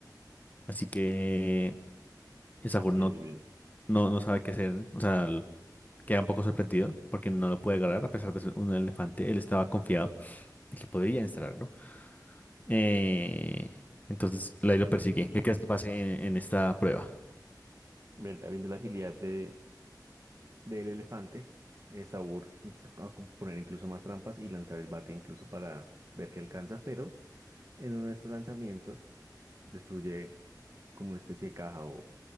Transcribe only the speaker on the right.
muy bien,
muy bien.
Ver- Viendo la agilidad de, del elefante, eh, Saúl empieza a com- poner incluso más trampas y lanzar el bate incluso para ver qué alcanza, pero en uno de estos lanzamientos destruye como una especie de caja